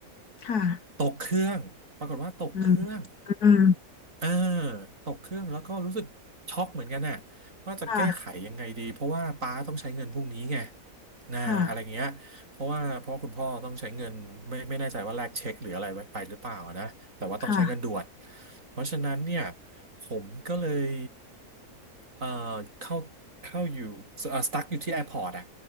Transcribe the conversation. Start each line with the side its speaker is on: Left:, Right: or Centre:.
Left: ค่ะค่ะ
Right: ตกเครื่องปรากฏว่าตกเครื่อง
Left: อืมอืม
Right: เออตกเครื่องแล้วก็รู้สึกช็อกเหมือนกันน่ะว่าจะแก้ไขยังไงดีเพราะว่าป้าต้องใช้เงินพรุ่งนี้ไง
Left: ค่ะ
Right: นะอะไรเงี้ยเพราะว่าเพราะว่าคุณพ่อต้องใช้เงินไม่ไม่แน่ใจว่าแลกเช็คหรืออะไรไว้ไปหรือเปล่านะแต่ว่าต้องใช้เงินด่วน
Left: ค่ะค่ะ
Right: เพราะฉะนั้นเนี่ยผมก็เลยเอ่อเข้าเข้าอยู่เอ่อสตั๊กอยู่ที่แอร์พอร์ตอะ